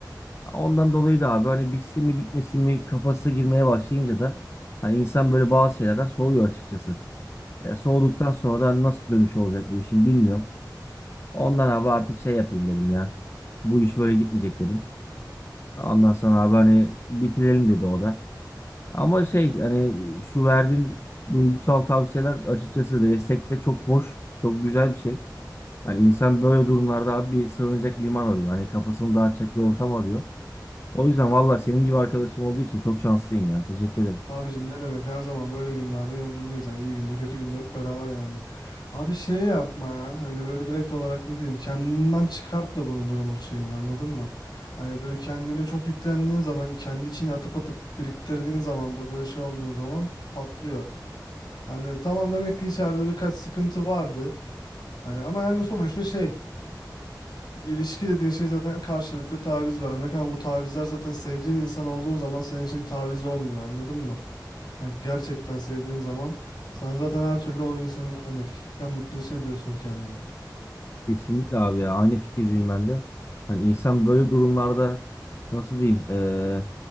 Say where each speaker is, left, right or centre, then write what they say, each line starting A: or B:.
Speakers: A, on the left; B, on the left.
A: Ondan dolayı da abi hani bitsin mi bitmesin mi kafasına girmeye başlayınca da hani insan böyle bazı şeylerden soğuyor açıkçası. Ya soğuduktan sonra da nasıl dönüşü olacak bu işin bilmiyorum. Ondan abi artık şey yapayım dedim ya. Bu iş böyle gitmeyecek dedim. Ondan sonra abi hani bitirelim dedi o da. Ama şey hani şu verdiğin duygusal tavsiyeler açıkçası destek de çok hoş, çok güzel bir şey. Hani insan böyle durumlarda abi bir sığınacak liman arıyor. Hani kafasını dağıtacak bir ortam arıyor. O yüzden valla senin gibi arkadaşım olduğu için çok şanslıyım ya. Teşekkür ederim.
B: Abicim ne demek her zaman böyle günlerde yanındayız yani iyi günde kötü günde hep beraber yani. Abi şey yapma ya hani böyle direkt olarak ne diyeyim kendinden çıkartma bunu durumu şeyini anladın mı? Hani böyle kendine çok yüklendiğin zaman kendi içine atıp atıp biriktirdiğin zaman bu böyle şey olduğun zaman patlıyor. Hani tamam demek ki içeride birkaç sıkıntı vardı. Hani ama yani sonuçta şey ilişki dediğin şey zaten karşılıklı taviz vermek ama bu tavizler zaten sevdiğin insan olduğu zaman senin için taviz olmuyor anladın mı? Hani gerçekten sevdiğin zaman sen zaten her türlü o insanın yanındayken mutlu hissediyorsun kendini.
A: Kesinlikle abi ya. Aynı fikirdeyim ben de. Hani insan böyle durumlarda nasıl diyeyim eee,